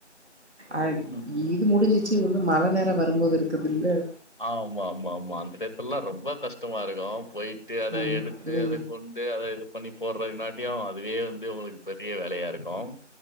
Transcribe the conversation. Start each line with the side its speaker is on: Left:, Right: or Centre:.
Right: அது
Left: ம்.
Right: இது முடிஞ்சிச்சு இன்னும் மழை நேரம் வரும்போது இருக்குதுல்ல
Left: ஆமா ஆமா ஆமா அந்த இடத்துல்லாம் ரொம்ப கஷ்டமா இருக்கும் போயிட்டு அத
Right: ஆமா
Left: எடுத்து
Right: இன்னு
Left: அத கொண் டாந்து அத இது பண்ணி போடுறதுக்காட்டியும் அதுவே வந்து உங்களுக்கு பெரிய வேலையா இருக்கும்